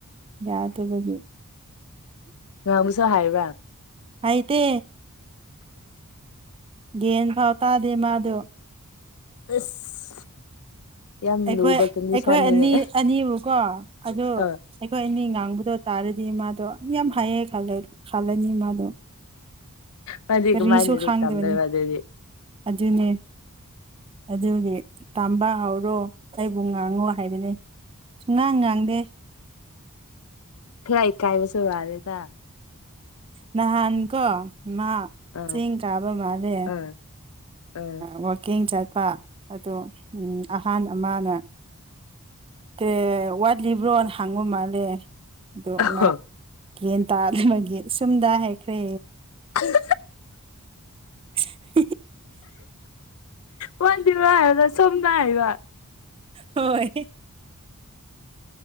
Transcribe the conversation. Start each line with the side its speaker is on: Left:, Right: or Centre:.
Right: ꯌꯥꯗꯕꯒꯤ
Left: ꯉꯕꯨꯁꯨ ꯍꯥꯏꯕꯔ
Right: ꯍꯩꯇꯦ ꯒꯦꯟ ꯐꯥꯎ ꯇꯥꯗꯦ ꯃꯥꯗꯣ
Left: ꯑꯁ ꯌꯥꯝ
Right: ꯑꯩꯈꯣꯏ
Left: ꯂꯨꯕ ꯀꯟꯗꯤꯁꯟꯅꯤꯅꯦ
Right: ꯑꯩꯈꯣꯏ ꯑꯅꯤ ꯑꯅꯤꯕꯨꯀꯣ ꯑꯗꯨ
Left: ꯑ
Right: ꯑꯩꯈꯣꯏ ꯑꯅꯤ ꯉꯥꯡꯕꯗꯣ ꯇꯥꯔꯗꯤ ꯃꯥꯗꯣ ꯌꯥꯝ ꯍꯥꯏꯌꯦ ꯈꯜꯂ ꯈꯜꯂꯅꯤ ꯃꯥꯗꯣ
Left: ꯃꯥꯗꯤ
Right: ꯀꯔꯤꯁꯨ
Left: ꯀꯃꯥꯏꯅ ꯂꯥꯏꯔꯤꯛ
Right: ꯈꯥꯡꯗꯕꯅꯤ
Left: ꯇꯝꯗꯣꯏꯕ ꯑꯗꯨꯗꯤ
Right: ꯑꯗꯨꯅꯦ ꯑꯗꯨꯒꯤ ꯇꯥꯝꯕ ꯍꯧꯔꯣ ꯑꯩꯕꯨ ꯉꯥꯡꯉꯣ ꯍꯥꯏꯕꯅꯤ ꯁꯨꯡꯉꯥꯡ ꯉꯥꯡꯗꯦ
Left: ꯐꯔ ꯏꯀꯥꯥꯏ ꯃ ꯁꯕꯥꯗꯦꯇꯥ
Right: ꯅꯍꯥꯟ ꯀꯣ ꯃꯥ
Left: ꯑ
Right: ꯆꯦꯡ ꯀꯥꯕ ꯃꯥꯜꯂꯦ
Left: ꯑ ꯑ
Right: ꯋꯥꯋꯀꯤꯡ ꯆꯠꯄ ꯑꯗꯣ ꯑꯍꯥꯟ ꯑꯃꯅ ꯑꯦ ꯋꯥꯠꯂꯤꯕ꯭ꯔꯣ ꯍꯥꯡꯉꯨ ꯃꯥꯜꯂꯦ ꯑꯗꯣ ꯃꯥ
Left: ꯑ
Right: ꯒꯦꯟ ꯇꯥ ꯑꯗꯨꯃꯒꯤ ꯁꯨꯝꯗ ꯍꯥꯏꯈ꯭ꯔꯦ
Left: ꯎꯝ
Right: <unintelligible>
Left: ꯋꯥꯆ ꯋꯥ ꯍꯥꯏꯔꯗ ꯁꯃꯅ ꯍꯥꯏꯔ
Right: ꯍꯣꯏ